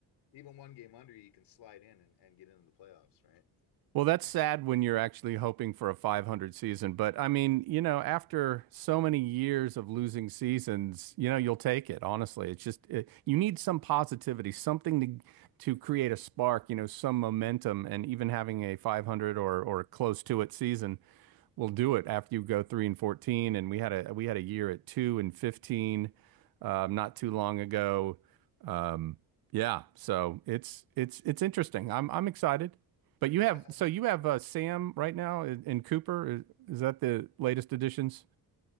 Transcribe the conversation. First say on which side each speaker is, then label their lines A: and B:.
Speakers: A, on the left; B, on the right.
A: even one game under, you can slide in and, and get into the playoffs, right?
B: Well, that's sad when you're actually hoping for a 500 season, but I mean, you know, after so many years of losing seasons, you know, you'll take it. Honestly, it's just it, you need some positivity, something to to create a spark, you know, some momentum and even having a 500 or or close to it season will do it after you go three and fourteen. And we had a we had a year at two and fifteen, um, not too long ago. Um, yeah, so it's it's it's interesting. I'm I'm excited. But you have
A: I, I
B: so
A: mean,
B: you have
A: I,
B: uh, Sam right now in, Cooper. Is, is that the latest additions?